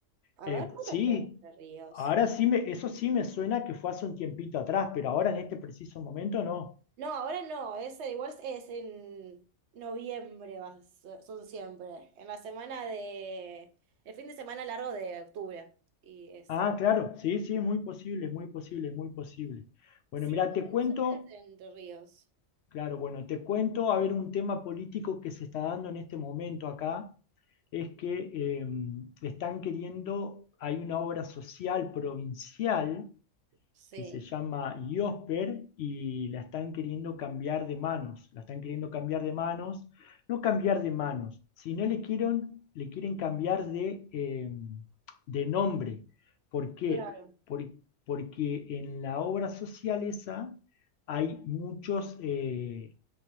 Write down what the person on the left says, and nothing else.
Eh,
pues
sí,
ahora sí me, eso sí me suena que fue hace un tiempito atrás, pero ahora en este preciso momento no.
Ah, claro, sí, sí, es muy posible, es muy posible, es muy posible. Bueno,
mira,
te cuento.
Claro, bueno, te cuento, a ver, un tema político que se está dando en este momento acá es que eh, están queriendo, hay una obra social provincial
que se llama IOSPER y la están queriendo cambiar de manos, la están queriendo cambiar de manos, no cambiar de manos, sino le quieren, le quieren cambiar de, eh, de nombre. ¿Por qué?
Por- porque en la obra social esa hay muchos... eh,